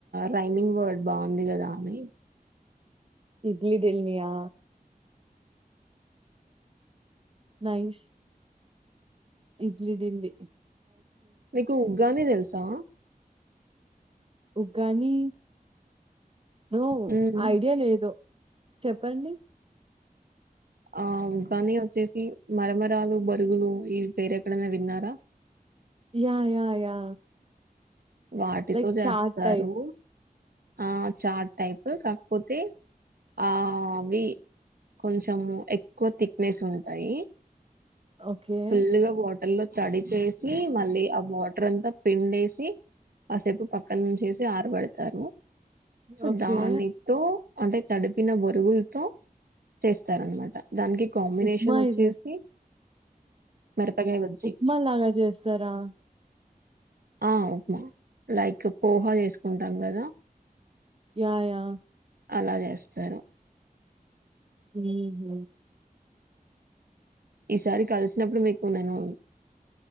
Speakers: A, on the right; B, on the right.
A: రైమింగ్ వర్డ్ బాగుంది కదా అని
B: ఇడ్లీ దిల్నియా నైస్ ఇడ్లీ తింది
A: మీకు ఉగ్గాని తెలుసా
B: ఉగ్గాని నో
A: హ్మ్.
B: ఐడియా లేదు చెప్పండి
A: ఆగాని వచ్చేసి మరమరాలు బరుగులు ఈవి పేరెక్కడన్నా విన్నారా
B: యా యా
A: వాటితో
B: లైక్
A: చేస్తారు
B: చాట్ టైప్
A: ఆ చాట్ టైప్ కాకపోతే ఆ అవి కొంచెము ఎక్కువ థిక్నెస్ ఉంటాయి
B: ఓకే
A: ఫుల్లుగా వాటర్ లో తడిపేసి మళ్ళీ ఆ వాటర్ అంతా పిండేసి కాసేపు పక్కన నుంచేసి ఆరబెడతారు సో
B: ఓకే
A: దానితో అంటే తడిపిన బరుగులతో చేస్తారనమాట దానికి కాంబినేషన్
B: ఉప్మా
A: వచ్చేసి
B: చేస్తా
A: మిరపకాయ బజ్జీ.
B: ఉప్మా లాగా చేస్తారా
A: ఆ ఉప్మా లైక్ పోహా చేసుకుంటాంరు కదా
B: యా యా
A: అలా చేస్తారు
B: హు హ్
A: ఈసారి కలిసినప్పుడు మీకు నేను